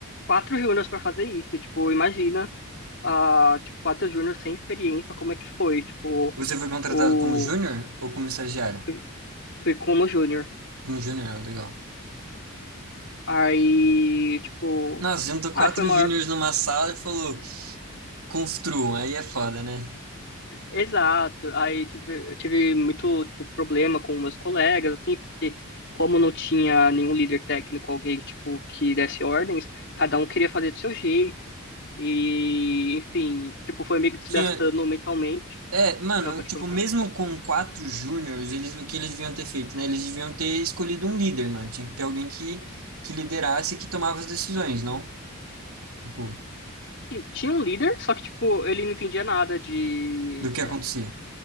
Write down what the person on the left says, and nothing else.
quatro júniors para fazer isso. Tipo, imagina a, tipo, quatro júnior sem experiência, como é que foi? Tipo,
o...
Fui, fui como júnior.
Aí, tipo...
Ah,
foi maior...
Exato. Aí tive, eu tive muito, tipo, problema com meus colegas, assim, porque como não tinha nenhum líder técnico, alguém, tipo, que desse ordens, cada um queria fazer do seu jeito. E, enfim, tipo, foi meio que desgastando
mentalmente.
Ah, pode
perguntar.
Tinha tinha um líder, só que, tipo, ele não entendia nada de